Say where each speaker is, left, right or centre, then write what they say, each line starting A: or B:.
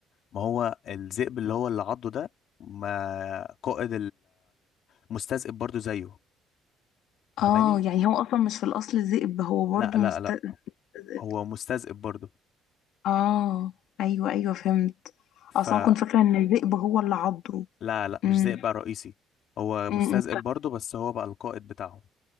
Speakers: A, on the left; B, on the left.
A: ما هو الذئب اللي هو اللي عضه ده ما قائد المستذئب برضو زيه فاهماني
B: اه يعني هو اصلا مش في الاصل ذئب هو برضو
A: لا لا
B: مست
A: لا
B: ذئب.
A: هو مستذئب برضو
B: اه ايوه ايوه فهمت
A: فلا
B: اصلا كنت فاكره ان الذئب هو اللي عضه
A: لا لا، مش
B: امم
A: ذئب بقى رئيسي هو
B: امم
A: مستذئب برضو بس هو بقى القائد بتاعهم